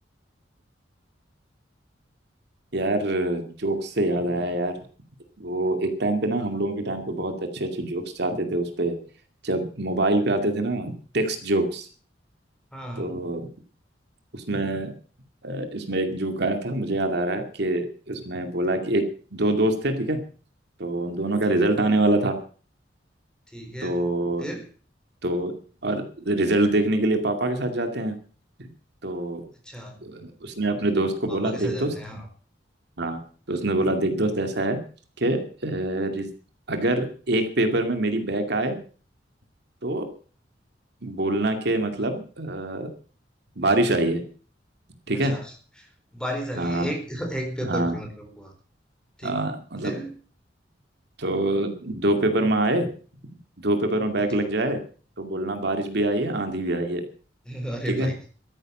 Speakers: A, on the right (about 65°); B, in the centre.
A: यार जोक्स से याद आया यार वो एक टाइम पे ना हम लोगों के टाइम पे बहुत अच्छे अच्छे जोक्स आते थे उस पे जब मोबाइल पे आते थे ना टेक्स्ट जोक्स
B: हाँ
A: तो उसमें अ, इसमें एक जोक आया था मुझे याद आ रहा है कि इसमें बोला कि एक दो दोस्त थे ठीक है तो उन दोनों का
B: ठीक
A: रिजल्ट आने वाला था
B: ठीक है
A: तो
B: फिर
A: तो और रिजल्ट देखने के लिए पापा के साथ जाते हैं तो
B: अच्छा
A: अ, उसने अपने दोस्त को
B: पापा
A: बोला
B: कैसे
A: देख
B: जाते
A: दोस्त
B: हैं हाँ
A: हाँ तो उसने बोला देख दोस्त ऐसा है कि अ, रिज- अगर एक पेपर में मेरी बैक आए तो बोलना के मतलब अ, बारिश आई है ठीक
B: अच्छा
A: है
B: बारिश आ
A: हाँ
B: गई एक एक पेपर
A: हाँ
B: पे मतलब हुआ ठीक
A: हाँ
B: है
A: मतलब
B: फिर
A: तो दो पेपर में आए दो पेपर में बैक
B: अच्छा
A: लग जाए तो बोलना बारिश भी आई है आंधी भी आई है
B: <laughs> अरे
A: ठीक
B: भाई
A: है